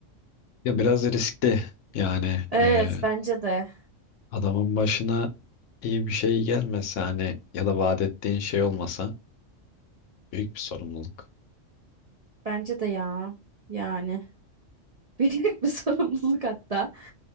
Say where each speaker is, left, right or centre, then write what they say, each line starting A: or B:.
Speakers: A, on the left; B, on the right.
A: Ya biraz riskli yani.
B: Evet
A: e,
B: bence de.
A: Adamın başına iyi bir şey gelmese hani ya da vaat ettiğin şey olmasa büyük bir sorumluluk.
B: Bence de ya. Yani <laughs> büyük bir sorumluluk hatta.